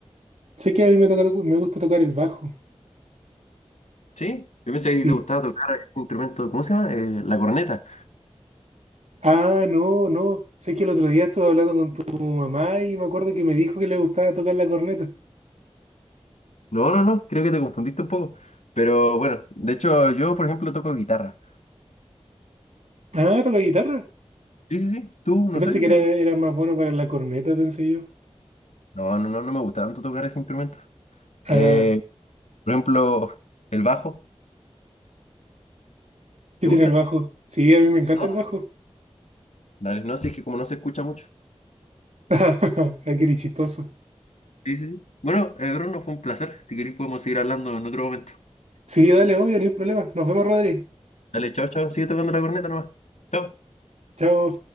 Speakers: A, on the right; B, on the left.
A: Sé que a mí me toca, me gusta tocar el bajo.
B: Sí, yo pensé
A: Sí.
B: que te gustaba tocar un instrumento, ¿cómo se llama? Eh, la corneta.
A: Ah, no, no. Sé que el otro día estuve hablando con tu mamá y me acuerdo que me dijo que le gustaba tocar la corneta.
B: No, no, no, creo que te confundiste un poco. Pero bueno, de hecho yo, por ejemplo, toco guitarra.
A: Ah, toca guitarra.
B: Sí, sí, sí, tú, no
A: Yo pensé
B: sé,
A: que
B: sí.
A: era, era más bueno para la corneta, pensé yo.
B: No, no, no, no me gusta tanto tocar ese instrumento.
A: Ah,
B: Eh, por ejemplo, el bajo,
A: ¿qué
B: ¿te
A: tiene
B: gusta?
A: el bajo? Sí, a mí me encanta
B: No,
A: el bajo.
B: Dale, no, si es que como no se escucha mucho.
A: <laughs> Ah, qué chistoso.
B: Sí, sí, sí. Bueno, eh, Bruno, fue un placer. Si queréis podemos seguir hablando en otro momento.
A: Sí, dale, obvio, ni un problema. Nos vemos, Rodri.
B: Dale, chao, chao. Sigue tocando la corneta nomás. Chao.
A: Chao.